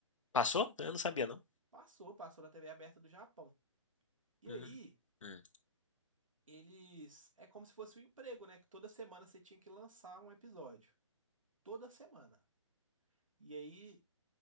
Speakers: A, on the left; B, on the right.
A: Passou? Eu não sabia, não.
B: Passou, passou na TV aberta do Japão. E
A: Hum,
B: aí,
A: hum.
B: eles. É como se fosse um emprego, né? Que toda semana você tinha que lançar um episódio. Toda semana. E aí,